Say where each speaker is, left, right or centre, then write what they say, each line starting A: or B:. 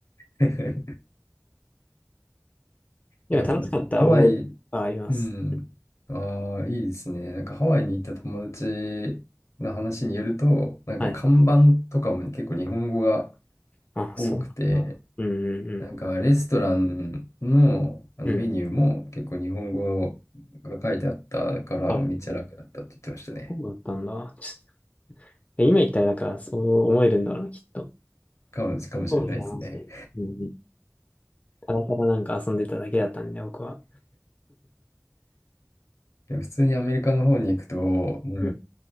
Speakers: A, on the left; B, on the left.
A: <laughs>
B: でも楽しかった覚えがあります。
A: なんかと、ハワイうん。ああ、いいですね。なんかハワイに行った友達の話によると、なんか看板とかも結構日本語が
B: はい。あ、
A: 多くて、
B: そうなんだ。うんうん
A: なんかレストランの、あのメニューも結構日本語が書いてあったからめっちゃ楽だったって言ってましたね。
B: うん。うん。あ、そうだったんだ。ちょっと今言ったら、だから、そう思えるんだろうな、きっと。
A: かも、かもしれないですね。
B: そうですね、マジで。うん。ただただなんか遊んでただけだったんで、僕は。
A: でも普通にアメリカの方に行くと、もう
B: うん。